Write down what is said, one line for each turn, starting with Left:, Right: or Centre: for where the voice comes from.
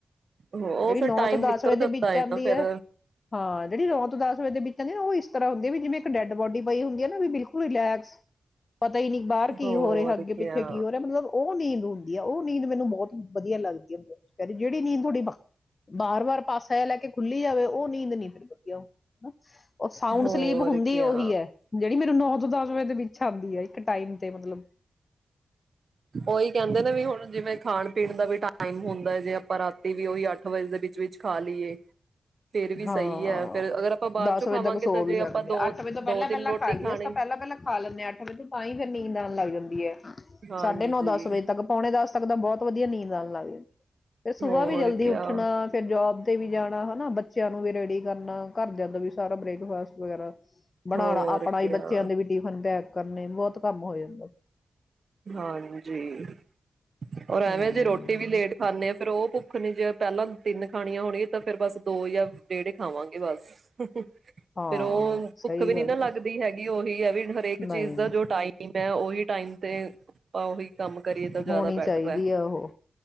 Right: ਉਹ
Left: ਜਿਹੜੀ
Right: ਫਿਰ
Left: ਨੌ
Right: ਟਾਈਮ
Left: ਤੋਂ ਦਸ
Right: ਨਿਕਲ
Left: ਵਜੇ
Right: ਜਾਂਦਾ
Left: ਦੇ ਵਿੱਚ ਆਉਂਦੀ
Right: ਨਾ ਫਿਰ
Left: ਹੈ, ਹਾਂ ਜਿਹੜੀ ਨੌ ਤੋਂ ਦਸ ਵਜੇ ਦੇ ਵਿੱਚ ਕਹਿੰਦੇ ਉਹ ਇਸ ਤਰ੍ਹਾਂ ਹੁੰਦੀ ਆ ਵੀ ਜਿਵੇਂ ਇੱਕ ਡੈਡ ਬੋਡੀ ਪਈ ਹੁੰਦੀ ਹੈ ਨਾ ਵੀ ਬਿਲਕੁਲ ਰਿਲੈਕਸ ਪਤਾ ਹੀ ਨਹੀਂ ਬਾਹਰ ਕੀ
Right: ਹੋਰ
Left: ਹੋ ਰਿਹਾ, ਅੱਗੇ-ਪਿੱਛੇ
Right: ਕਿਆ
Left: ਕੀ ਹੋ ਰਿਹਾ ਮਤਲਬ, ਉਹ ਨਹੀਂ ਹੁੰਦੀ ਆ, ਉਹ ਨੀਂਦ ਮੈਨੂੰ ਬਹੁਤ ਵਧੀਆ ਲੱਗਦੀ ਐ ਜਿਹੜੀ ਨੀਂਦ ਤੁਹਾਡੀ ਵਾਰ-ਵਾਰ ਪਾਸਾ ਜਾ ਲੈ ਕੇ ਖੁੱਲੀ ਜਾਵੇ, ਉਹ ਨੀਂਦ ਨੀ ਫੇਰ ਵਧੀਆ ਹੁੰਦੀ। ਉਹ ਸਾਊਂਂਡ
Right: ਹੋਰ
Left: ਸਲੀਪ ਹੁੰਦੀ
Right: ਕਿਆ
Left: ਉਹੀ ਹੈ, ਜਿਹੜੀ ਮੈਨੂੰ ਨੌ ਤੋਂ ਦਸ ਮੈਂ ਤੇ ਵਿਛਾਂਦੀ ਆਈ ਇੱਕ ਟਾਈਮ ਤੇ ਮਤਲਬ
Right: ਉਹੀ ਕਹਿੰਦੇ ਨੇ, ਵੀ ਹੁਣ ਜਿਵੇਂ ਖਾਣ ਪੀਣ ਦਾ ਵੀ ਟਾਈਮ ਹੁੰਦਾ ਹੈ ਜੇ ਪਰ ਰਾਤੀ ਵੀ ਉਹੀ ਅੱਠ ਵਜੇ ਦੇ ਵਿੱਚ ਵਿੱਚ-ਵਿੱਚ ਖਾ ਲਈਏ। ਫੇਰ ਵੀ
Left: ਹਾਂ,
Right: ਸਹੀ ਹੈ ਫਿਰ ਅਗਰ ਆਪਾਂ ਬਾਅਦ
Left: ਦਸ
Right: ਚੋਂ ਖਾਵਾਂਗੇ
Left: ਵਜੇ ਤੱਕ ਸੋ
Right: ਤਾਂ ਜੇ
Left: ਵੀ ਸਕਦੇ
Right: ਆਪਾਂ ਦੋ
Left: ਆ, ਅੱਠ ਵਜੇ ਤੋਂ ਪਹਿਲਾਂ-
Right: ਦੋ ਤਿੰਨ
Left: ਪਹਿਲਾਂ
Right: ਰੋਟੀ
Left: ਖਾ ਲਈਏ,
Right: ਖਾਣੀ
Left: ਤਾਂ ਪਹਿਲਾਂ-ਪਹਿਲਾਂ ਖਾ ਲੈਂਦੇ ਹਾਂ ਅੱਠ ਵਜੇ ਤੋਂ ਤਾਂ ਹੀ, ਫੇਰ ਨੀਂ ਨੀਂਦ ਆਣ ਲੱਗ ਜਾਂਦੀ ਐ।
Right: ਹਾਂਜੀ
Left: ਸਾਢੇ ਨੌ-ਦਸ ਵਜੇ ਤੱਕ ਪੌਣੇ ਦਸ ਸਕਦਾ ਬਹੁਤ ਵਧੀਆ ਨੀਂਦ ਆਣ ਲੱਗਦੀ ਫਿਰ ਸੁਬਾਹ
Right: ਹੋਰ
Left: ਵੀ ਜਲਦੀ
Right: ਕਿਆ
Left: ਉੱਠਣਾ ਫਿਰ ਜੌਬ ਤੇ ਵੀ ਜਾਣਾ ਹਨਾ ਬੱ ਬੱਚਿਆਂ ਨੂੰ ਵੀ ਰੈਡੀ ਕਰਨਾ ਘਰਦਿਆਂ ਦਾ ਵੀ ਸਾਰਾ ਬ੍ਰੇਕਫਾਸਟ ਵਗੈਰਾ ਬਣਾਣਾ
Right: ਹੋਰ
Left: ਆਪਣਾ
Right: ਕਿਆ
Left: ਹੀ ਬੱਚਿਆਂ ਦੇ ਵੀ ਟਿਫਨ ਪੈਕ ਕਰਨੇ ਬਹੁਤ ਕੰਮ ਹੋ ਜਾਂਦਾ।
Right: ਹਾਂਜੀ, ਔਰ ਐਵੇਂ
Left: ਹਮ
Right: ਜੇ ਰੋਟੀ ਵੀ ਲੇਟ ਖਾਂਦੇ ਆ ਫਿਰ ਉਹ ਭੁੱਖ ਨੇ ਜੇ ਪਹਿਲਾਂ ਤਿੰਨ ਖਾਣੀਆਂ ਹੋਣਗੀਆਂ ਤਾਂ ਫੇਰ ਬਸ ਦੋ ਜਾਂ ਡੇਢ ਏ ਖਾਵਾਂਗੇ ਬਸ ਫੇਰ
Left: ਹਾਂ
Right: ਉਹ ਭੁੱਖ
Left: ਸਹੀ
Right: ਵੀ
Left: ਗੱਲ
Right: ਨੀ ਨਾ ਲੱਗਦੀ
Left: ਹੈ
Right: ਹੈਗੀ। ਏ ਉਹੀ ਹੈ ਵੀ ਹਰੇਕ
Left: ਨਹੀਂ
Right: ਚੀਜ਼ ਦਾ ਜੋ ਟਾਈਮ ਹੈ ਉਹੀ ਟਾਈਮ ਤੇ ਆਪਾਂ ਉਹੀ ਕੰਮ ਕਰੀਏ ਤਾਂ ਜ਼ਿਆਦਾ
Left: ਹੋਣੀ
Right: ਬੈਟਰ
Left: ਚਾਹੀਦੀ
Right: ਹੈ
Left: ਆ ਉਹ